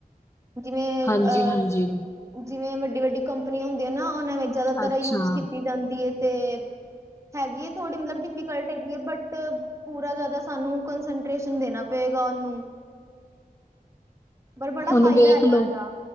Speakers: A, on the right (about 20°); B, on the left (about 20°).
A: ਜਿਵੇਂ
B: ਹਾਂਜੀ
A: ਅਹ।
B: ਹਾਂਜੀ
A: ਜਿਵੇਂ ਵੱਡੀ-ਵੱਡੀ ਕੰਪਨੀੀਆਂ ਹੁੰਦੀਆਂ ਨਾ। ਉਹਨਾਂ ਵਿਚ ਜਿਆਦਾ ਤਰ
B: ਅੱਛਾ
A: ਯੂਜ ਕੀਤੀ ਜਾਂਦੀ ਹੈ ਤੇ। ਹੈਗੀ ਹੈ ਥੋੜ੍ਹੀ ਮਤਲਬ ਡਿਫੀਕਲਟ ਹੈਗੀ ਹੈ। ਬਟ ਪੂਰਾ ਜਿਆਦਾ ਸਾਨੂੰ ਕੰਸਟੇਸ਼ਨ ਦੇਣਾ ਪਏਗਾ ਉਹਨੂੰ। ਪਰ ਬੜਾ
B: ਹੁਣ
A: ਫਾਇਦਾ
B: ਵੇਖ
A: ਹੈਗਾ
B: ਲੋੋ,
A: ਇਹਦਾ